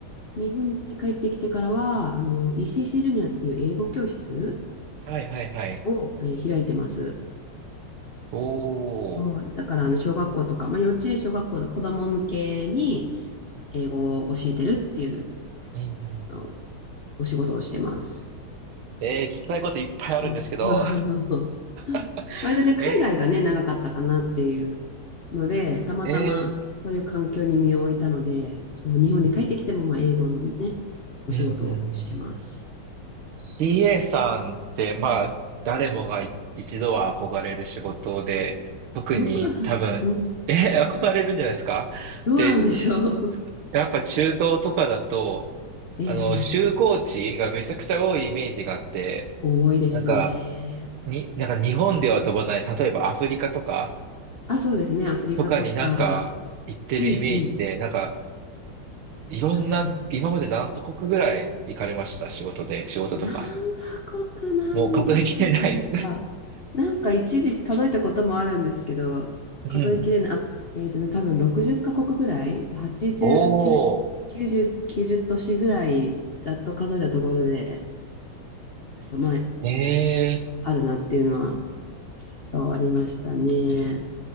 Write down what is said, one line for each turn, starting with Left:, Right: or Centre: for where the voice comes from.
Left: 日本に帰ってきてからは、あの ECC ジュニアっていう英語教室
Right: ー、はいはいはい。
Left: を、えー開いてます。
Right: お
Left: そう、
Right: ー、
Left: だからあの小学校とか、まあ、幼稚園、小学校の子ども向けに英語を教えてるっていう
Right: うんうん
Left: あのお仕事をしてます。
Right: えー、聞きたいこといっぱいあるんですけど。
Left: うん <laughs>
Right: <laughs>
Left: 割とね、海外がね、
Right: え
Left: 長かったかなっていうので、たまたまそういう環境に身を置いたので、
Right: ー、えー、
Left: そう、日本に帰ってきてもまあ英語のね、
Right: うん
Left: お仕事をしてます。
Right: うんうんうん CA さんって、
Left: うん
Right: まあ、誰もがい一度は憧れる仕事で、特に多分、
Left: どうなんだ、うん、
Right: え、憧れるんじゃないですかで、
Left: どうなんでしょう。
Right: やっぱ中東とかだと、
Left: <laughs>
Right: あの、就航地がめちゃくちゃ多いイメージがあって、
Left: ええ多いですね。
Right: なんか、に、なんか日本では飛ばない、例えばアフリカとか、
Left: あ、そうですね、アフリカとか。
Right: とかになんか行ってるイメージで、
Left: うんうん、
Right: なんか、いろんな、
Left: 確かに。
Right: 今まで何カ国ぐらい行かれました仕事で、仕事とか。
Left: 何カ国なんでしょうか。
Right: もう数えきれない。
Left: なんか一時数えたこともあるんですけど、
Right: <laughs> うん。
Left: 数えきれない、あ、えっとね、多分60カ国ぐらい、80、
Right: おー。
Left: 90、90都市ぐらい、ざっと数えたところで、そう、前、
Right: ええ
Left: あるなっていうのは、そう、ありましたね。